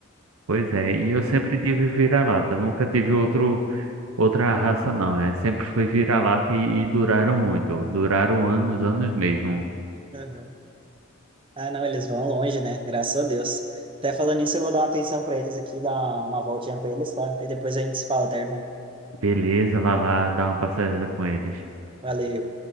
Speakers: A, on the right; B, on the right.
A: Pois é, e eu sempre tive vira-lata, nunca tive outro outra raça não, é, sempre foi vira-lata e, e duraram muito, duraram anos, anos mesmo.
B: Uhum. Ah, não, eles vão longe, né? Graças a Deus. Até falando nisso, eu vou dar uma atenção para eles aqui, dar uma voltinha com eles, tá? Aí depois a gente se fala, tá, irmão?
A: Beleza, vai lá dar uma passeada com eles.
B: Valeu.